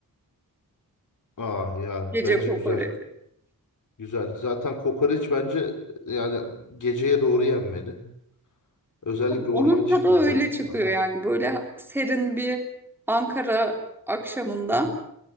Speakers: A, on the left; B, in the centre.
A: Ah ya
B: Gece
A: bence
B: kokoreç.
A: güzel. Güzel. Zaten kokoreç bence e, yani geceye doğru yenmeli. Özellikle
B: Onun
A: orman çiftliğinde.
B: tadı öyle çıkıyor
A: Ha.
B: yani böyle serin bir Ankara akşamında